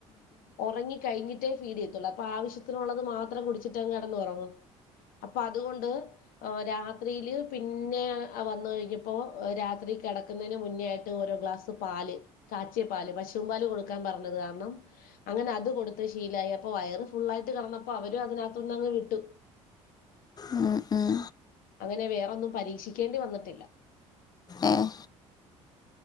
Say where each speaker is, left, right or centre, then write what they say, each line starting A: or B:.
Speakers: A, on the left; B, on the left.
A: ഉറങ്ങി കഴിഞ്ഞിട്ടേ ഫീഡ് ചെയ്ത്തുള്ളൂ അപ്പൊ ആവശ്യത്തിനുള്ളത് മാത്രം കുടിച്ചിട്ട്ങ് കടന്ന് ഉറങ്ങും അപ്പ അതുകൊണ്ട് രാത്രിയില് പിന്നെ വന്ന കഴിഞ്ഞപ്പോ രാത്രി കിടക്കുന്നതിന് മുന്നോയിട്ട് ഓരോ ഗ്ലാസ് പാല് കാച്ചിയ പാല് പശുവും പാല് കൊടുക്കാൻ പറഞ്ഞത് കാരണം അങ്ങനെ അത് കൊടുത്ത് ശീലായി അപ്പൊ വയറ് ഫുള്ളായിട്ട് കിടന്നപ്പോ അവരും അതിനകത്ത്നിന്ന്ങ്ങ് വിട്ടു
B: ഉം ഉം
A: അങ്ങനെ വേറൊന്നും പരീക്ഷിക്കേണ്ടി വന്നിട്ടില്ല
B: ഏഹ്